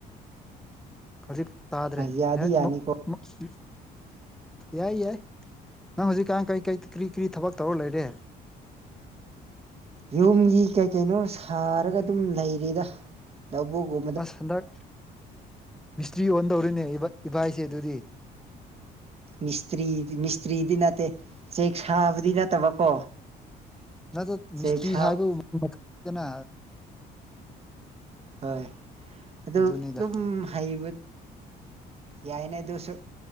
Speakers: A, in the centre; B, on the right.
A: ꯍꯧꯖꯤꯛ ꯇꯥꯗ꯭ꯔꯦ
B: ꯌꯥꯗꯤ
A: ꯑꯦ
B: ꯌꯥꯅꯤꯀꯣ
A: ꯑꯃꯨꯛ ꯃꯨꯛꯃꯤ ꯌꯥꯏ ꯌꯥꯏ ꯅꯪ ꯍꯧꯖꯤꯛꯀꯥꯟ ꯀꯩꯀꯩ ꯀꯔꯤ ꯀꯔꯤ ꯊꯕꯛ ꯇꯧꯔ ꯂꯩꯔꯦ
B: ꯌꯨꯝꯒꯤ ꯀꯩ ꯀꯩꯅꯣ ꯁꯥꯔꯒ ꯑꯗꯨꯝ ꯂꯩꯔꯤꯗ ꯂꯧꯕꯨꯛꯒꯨ
A: ꯑꯁ ꯍꯟꯗ꯭ꯔꯛ ꯃꯤꯁꯇ꯭ꯔꯤ ꯑꯣꯟꯗꯧꯔꯦꯅꯦ ꯏꯕ ꯏꯚꯥꯏꯁꯦ ꯑꯗꯨꯗꯤ
B: ꯃꯤꯁꯇ꯭ꯔꯤ ꯃꯤꯁꯇ꯭ꯔꯤꯗꯤ ꯅꯠꯇꯦ ꯆꯦꯛ ꯁꯥꯕꯗꯤ ꯅꯠꯇꯕꯀꯣ
A: ꯅꯗꯣ ꯃꯤꯁꯇ꯭ꯔꯤ
B: ꯆꯦꯛ ꯁꯥꯕ
A: ꯍꯥꯏꯕꯕꯨ <unintelligible> ꯗꯅꯥ
B: ꯍꯣꯏ ꯑꯗꯨ
A: ꯑꯗꯨꯅꯤꯗ
B: ꯑꯗꯨꯝ ꯍꯩꯕ ꯌꯥꯏꯅꯦ ꯑꯗꯨꯁꯨ